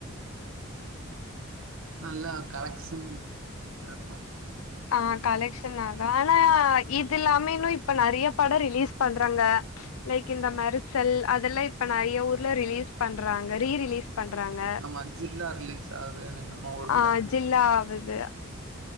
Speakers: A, on the right (about 70°); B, on the left (about 90°).
A: நல்லா கலெக்ஷன் இருக்கோ
B: ஆ கலக்ஷன் ஆகோ ஆனா இதுல்லாமே இன்னோ இப் ப நறீய படோ ரிலீஸ் பண்றாங்க லைக் கிந்த மெரசல் அதெல்லா இப்ப நறைய ஊர்ல ரிலீஸ் பண்றாங்க ரீ ரிலீஸ் பண்றாங்க
A: ஆமா ஜில்லா ரிலீஸ் ஆகுது நம்ம ஊர்ல
B: ஆ ஜில்லா ஆவுது